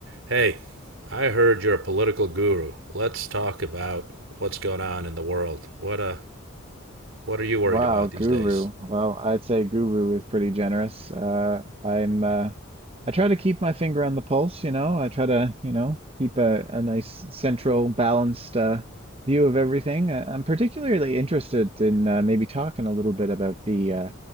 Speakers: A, on the right; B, on the right.
A: Hey, I heard you're a political guru. Let's talk about what's going on in the world. What uh what are you worried
B: Wow,
A: about these
B: guru.
A: days?
B: Well, I'd say guru is pretty generous. Uh, I'm uh, I try to keep my finger on the pulse, you know. I try to, you know, keep a, a nice central, balanced uh, view of everything. I, I'm particularly interested in uh, maybe talking a little bit about the uh,